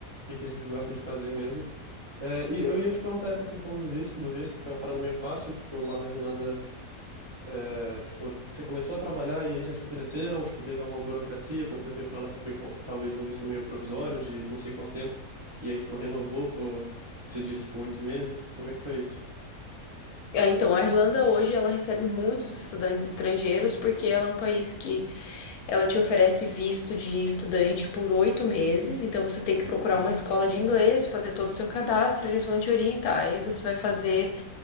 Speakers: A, on the right; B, on the left.
A: que que a gente gosta de fazer mesmo. É, e eu ia te perguntar essa questão do visto, do visto, foi uma parada meio fácil, tipo, lá na Irlanda, é, tipo, você começou a trabalhar e aí já te ofereceram, tipo, teve alguma burocracia, quando você foi pra lá, você foi com talvez um visto meio provisório de não sei quanto tempo, e aí, tipo, renovou por, você disse, tipo, oito meses, como é que foi isso?
B: É, então, a Irlanda hoje ela recebe muitos estudantes estrangeiros porque ela é um país que ela te oferece visto de estudante por oito meses, então você tem que procurar
A: Uhum,
B: uma escola de inglês, fazer todo o seu cadastro, eles vão te orientar. Aí você vai fazer